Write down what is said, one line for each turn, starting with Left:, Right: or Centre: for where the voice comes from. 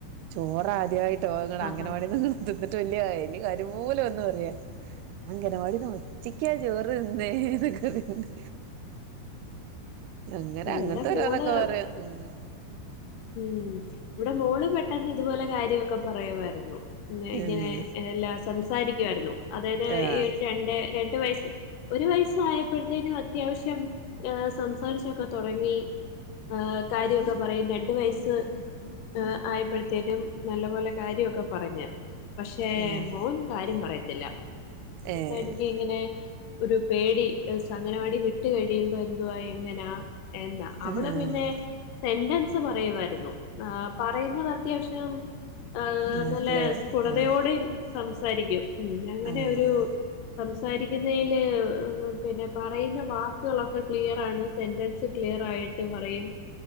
Right: ചോറ് ആദ്യായിട്ടാ വെ ങ്ങള്
Left: ആഹാ
Right: അംഗനവാടിന്ന് <unintelligible> തിന്നിട്ട് വല്യ വല്യ കാര്യംപോലെ വന്ന് പറയാ ഞാൻ അംഗനവാടിന്ന് ഒറ്റയ് ക്ക്യാ ചോറ് തിന്നേ ന്നൊക്കറിണ്ട്. അങ്ങനെ അങ്ങൻത്തെ
Left: ഇവിടെ മോള്
Right: ഓരോന്നൊക്കെ പർയും ഉം.
Left: ഉം ഇവടെ മോള് പെട്ടെന്ന് ഇതുപോലെ കാര്യവൊക്കെ പറയുമായിരുന്നു. ഉംന്നെ
Right: ഉം
Left: ഇങ്ങനെ എല്ലാം സംസാരിക്കുവായായിരുന്നു. അതായത്
Right: ആഹ്
Left: ഈയൊര് രണ്ട് രണ്ട് വയസ്സ് ഒരു വയസ്സ് ആയപ്പഴ്ത്തേനും അത്യാവശ്യം സംസാരിച് ച്ചൊക്കെ തുടങ്ങി ഏഹ് കാര്യവൊക്കെ പറയും. രണ്ട് വയസ്സ് ഏഹ് ആയപ്പെഴ്ത്തേനും നല്ല പോലെ കാര്യ ഒക്കെ പറഞ്. പക്ഷെ
Right: ആഹ്
Left: മോൻ കാര്യം പറയത്തില്ല. അതുകൊണ്ടാ
Right: ഏഹ്
Left: എനിക്ക് ഇങ്ങനെ ഒരു പേടി എ സ് അങ്ങനവാടി വിട്ട് കഴിയുമ്പോ എന്തുവാ എങ്ങനാ എന്ന. അവള്
Right: ആഹ്
Left: പിന്നെ സെന്റൻസ് പറയുവാര്ന്നു. ആഹ് പറയുന്നത് അത്യാവശ്യം ഏഹ്
Right: ആഹ്
Left: നല്ല
Right: ക്ലിയർ
Left: സ്ഫുടതയോടെയും
Right: ആഹ്
Left: സംസാരിക്കും. ഉം അങ്ങനെയൊരു
Right: ആഹ്
Left: സംസാരിക്കുന്നയ്ല് പിന്നെ പറയുന്ന വാക്കുകളൊക്കെ ക്ലിയറാണ് സെന്റൻസ് സ് ക്ലിയർ ആയിട്ട് പറയും.